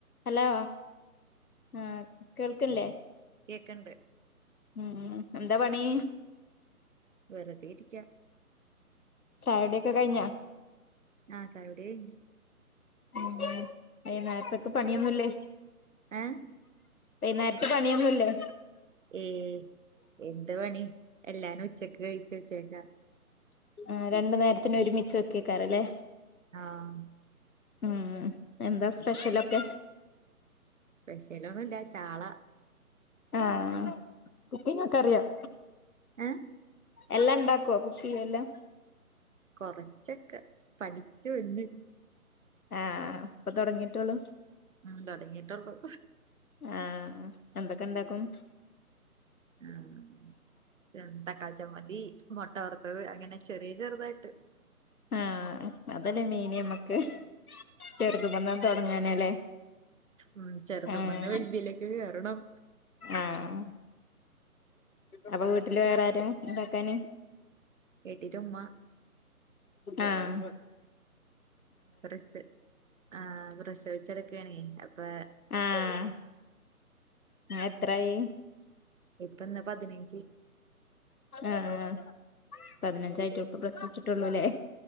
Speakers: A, on the left; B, on the right.
A: Hello ആ കേൾക്ക്ണ്ല്ലേ
B: കേക്ക്ൺണ്ട്
A: ഉം എന്താ പണീ
B: വെറുതെ ഇരിക്ക
A: ചായുടി ഒക്കെ കഴിഞ്ഞോ
B: ആഹ ചായുടി കൈഞ്ഞ്
A: ഉ ഈ നേരത്തേക്ക് പണിയൊന്നുംല്ലേ
B: ഏഹ്
A: വൈന്നേരത്തെ പണിയൊന്നുല്ലേ
B: ഏയ് എന്ത് പണി എല്ലാരും ഉച്ചക്ക് കഴിച്ചു വച്ചക്കാ
A: ആ രണ്ടു നേരത്തിന് ഒരുമിച്ച് വെക്ക്കാറല്ലേ
B: ആഹ
A: ഉം എന്താ സ്പെഷ്യലൊക്കെ
B: സ്പെഷ്യലൊന്നുല്ല ചാള
A: ആഹ കുക്കിങ് ക്കെ അറിയാം
B: ആ
A: എല്ലാം ഉണ്ടാക്കോ കുക്ക് യ്യ എല്ലാ
B: കൊറച്ചൊക്കെ പഠിച്ചു വന്ന്
A: ആഹ ഇപ്പൊ തുടങ്ങിട്ടോളൂ
B: ഉം തൊടങ്ങിട്ടൊള്ളൂ
A: ആഹ എന്തൊക്കെ ഉണ്ടാക്കും
B: ആഹ ന്തക്ക ചമ്മതി മുട്ട വറ്ത്തത് അങ്ങനെ ചെറിയ ചെറുതായിട്ട്
A: ആഹ അതല്ലേ മൈനി നമ്മക്ക് ചെറുത് വന്നാ തുടങ്ങാനല്ലേ
B: ഉ ചെറുതുമ്മന്ന്
A: ആഹ്
B: വെല്ല്യമ്മലേക്ക് കേയറണം
A: ആഹ് അപ്പൊ വീട്ടില് വേറാരാ എണ്ടാക്കാന്
B: കേട്ടിട്ടുംമ്മ
A: ആഹ
B: പ്ര ആഹ പ്രസ്വച്ച്ടുക്കണേ അപ്പൊ
A: ആഹ എത്രായി
B: ഇപ്പൊന്ന പതിനഞ്ച്
A: ആഹ പതിനഞ്ചായിട്ട് ഇപ്പ പ്രശ്നിച്ചിട്ടുള്ളൂല്ലേ